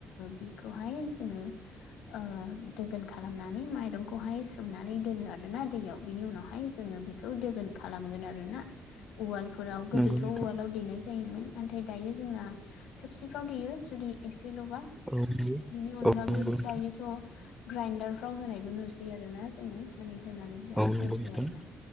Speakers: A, on the left; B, in the centre.
A: बेखौहाय जोङो ओ दोगोन खालामनानै माइरंखौहाय सोमनानै दोनो आरोना दैयाव बिनि उनावहाय जोङो बेखौ दोगोन खालामगोन आरोना। उवालफोराव गोदोथ'
B: नंगौ नोंथां
A: उवालाव देनायस जायोमोन नाथाय दायो जोंना थोबसिफ्राव देयो जुदि एसेल'बा
B: औ नंगौ
A: बेनि अनगाथ'
B: औ नंगौ नोंथां
A: दायोथ' ग्राइडारफ्राव होनायबो नुसै आरो ना जोङो। माने होनानै
B: औ
A: होसै
B: नंगौ नोंथां
A: आरो ना